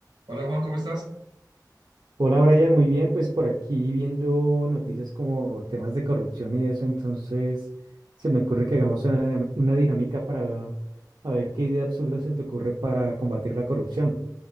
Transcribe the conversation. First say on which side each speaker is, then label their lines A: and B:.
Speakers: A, on the right (about 85°); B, on the right (about 70°).
A: Hola Juan, ¿cómo estás?
B: Hola Brian, muy bien, pues por aquí viendo noticias como temas de corrupción y eso, entonces se me ocurre que hagamos una, una dinámica para a ver qué idea absurda se te ocurre para combatir la corrupción.